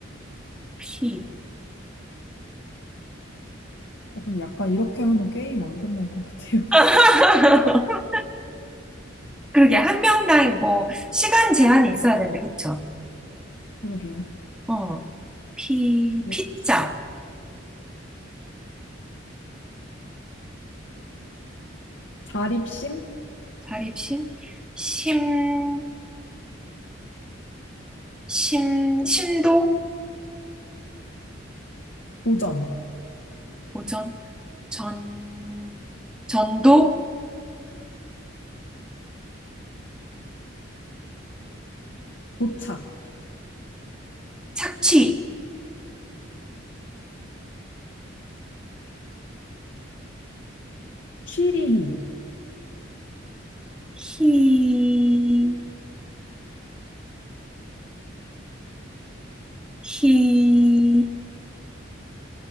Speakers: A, in the centre; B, on the left (about 70°).
A: 피.
B: 어, 근데 약간 이렇게 하면 게임 안 끝날 것 같아요. <laughs>
A: <laughs> 그러게, 한 명당 뭐, 시간 제한이 있어야 되는데, 그쵸?
B: 그러게요.
A: 어, 피,
B: 뭐,
A: 피자,
B: 시- 자립심,
A: 자립심, 심, 심, 심도,
B: 도전,
A: 도전, 전, 전도,
B: 도착,
A: 착취.
B: 취리히.
A: 히, 히,